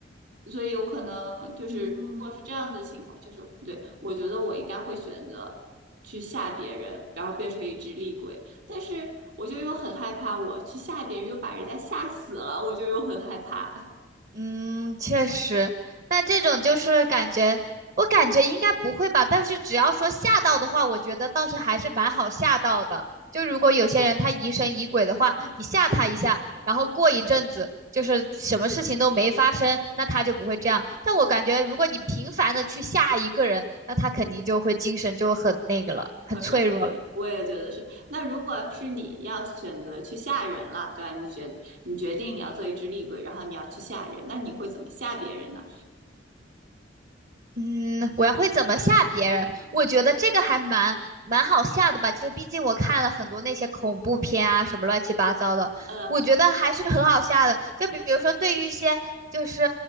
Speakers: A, on the right; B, on the right.
A: 所以有可能就是如果是这样子的情况，
B: 嗯
A: 就是不对，我觉得我应该会选择去吓别人，然后变成一只厉鬼。但是我就又很害怕，我去吓别人又把人家吓死了，我就又很害怕，
B: 嗯，确实，那这种就是感觉，我感觉应该不会吧。但是只要说吓到的话，我觉得倒是还是蛮好吓到的。就如果有些人他疑神疑鬼的话，你吓他一下，然后过一阵子就是什么事情都没发生，那他就不会这样。但我感觉如果你频繁的去吓一个人，那他肯定就会精神就很那个了，很脆弱了。
A: 很帅。对，我也觉得是。那如果是你要选择去吓人了，对吧？你决你决定你要做一只厉鬼，然后你要去吓人，那你会怎么吓别人呢？
B: 嗯，我要会怎么吓别人？我觉得这个还蛮蛮好吓的吧，就毕竟我看了很多那些恐怖片啊，什么乱七八糟的，
A: 呃，
B: 我觉得还是很好吓的。就比如说，对于一些就是